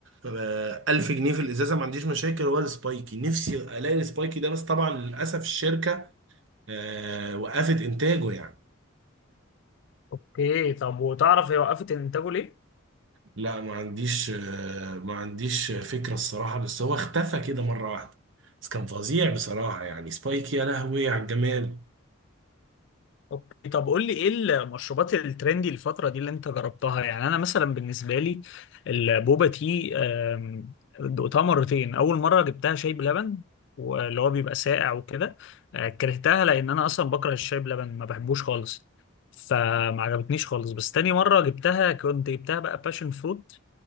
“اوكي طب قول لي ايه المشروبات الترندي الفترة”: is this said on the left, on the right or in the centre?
Left